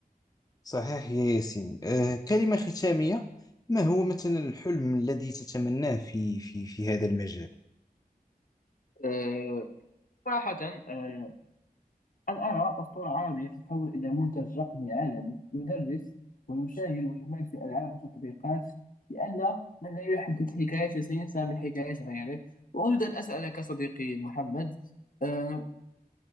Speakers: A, on the left; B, on the left.
A: صحيح يا ياسين آه، كلمة ختامية ما هو مثلا الحلم الذي تتمناه في في في هذا المجال؟
B: آه، صراحة آه، أن أرى أسطورة عربية تتحول إلى منتج رقمي عالمي يدرس ويشاهد ويمارس ألعاب وتطبيقات لأن من لا يحدد حكايته سينسى من حكاية غيره وأريد أن أسألك صديقي محمد آه،